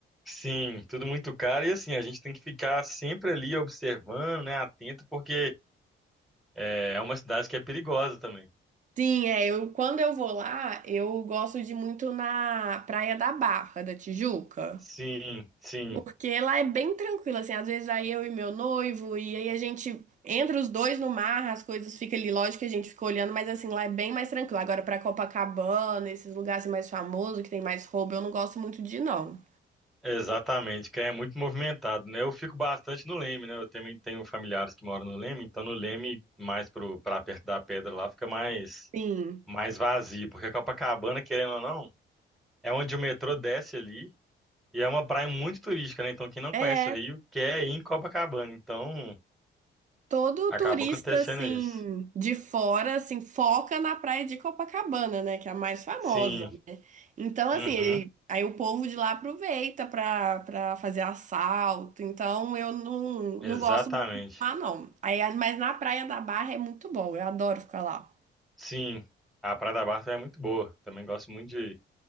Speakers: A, in the centre; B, on the right.
A: Sim, tudo muito caro. E assim, a gente tem que ficar sempre ali observando, né, atento, porque é, é uma cidade que é perigosa também.
B: Sim, é, eu quando eu vou lá, eu gosto de ir muito na Praia da Barra da Tijuca,
A: Sim, sim,
B: porque lá é bem tranquilo, assim, às vezes vai eu e meu noivo e aí a gente entra os dois no mar, as coisas ficam ali, lógico que a gente fica olhando, mas assim, lá é bem mais tranquilo. Agora pra Copacabana, esses lugares assim, mais famosos, que tem mais roubo, eu não gosto muito de ir, não.
A: exatamente, que é muito movimentado, né? Eu fico bastante no Leme, né? Eu também tenho familiares que moram no Leme, então no Leme, mais pro, pra perto da pedra lá, fica mais,
B: Sim.
A: mais vazio, porque Copacabana, querendo ou não, é onde o metrô desce ali e é uma praia muito turística, né? Então quem não
B: É,
A: conhece o Rio quer ir em Copacabana, então
B: todo
A: acaba
B: turista
A: acontecendo
B: assim
A: isso.
B: de fora assim foca na praia de Copacabana, né, que é a mais famosa.
A: Sim.
B: Então, assim,
A: Uhum,
B: ele, aí o povo de lá aproveita pra para fazer assalto. Então, eu não,
A: exatamente.
B: não gosto muito de lá, não. Aí, mas na Praia da Barra é muito bom, eu adoro ficar lá.
A: Sim, a Praia da Barra também é muito boa. Também gosto muito de,